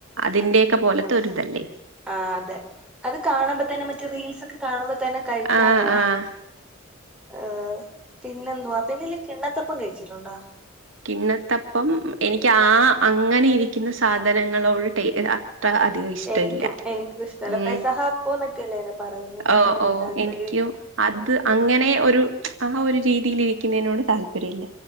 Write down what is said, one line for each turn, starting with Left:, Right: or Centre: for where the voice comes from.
Right: അതിന്റെക്കെ പോലത്തെ ഒര് തല്ലേ?
Centre: ആ അതെ അത് കാണുമ്പോ തന്നെ മറ്റെ റീൽസ്ക്കെ കാണുമ്പോ തന്നെ കഴിക്കാ
Right: ആഹ്
Centre: തോന്നും.
Right: ആഹ്
Centre: ആഹ് പിന്നെ എന്തുവാ പിന്നെല്ലെ കിണ്ണത്തപ്പം കഴിച്ചിട്ടുണ്ടോ?
Right: കിണത്തപ്പം എനിക്ക് ആ അങ്ങനെ ഇരിക്ക്ന്ന സാധനങ്ങളോട് ടേ ഇതാ താ
Centre: ആഹ്
Right: അധികം ഇഷ്ടല്ല
Centre: എനിക്കും എനിക്കും ഇഷ്ടല്ല
Right: മ്
Centre: പെസഹാപ്പം എന്നൊക്കെയല്ലേ അയിന് പറയുന്നെ എനിക്കും
Right: ഓ
Centre: വല്യ
Right: ഓ
Centre: താല്പര്യം
Right: എനിക്കും
Centre: ഇല്ല.
Right: അത് അങ്ങനെ ഒരു ആ ഒരു രീതില് ഇരിക്കുന്നെനോട് താല്പര്യംല്ല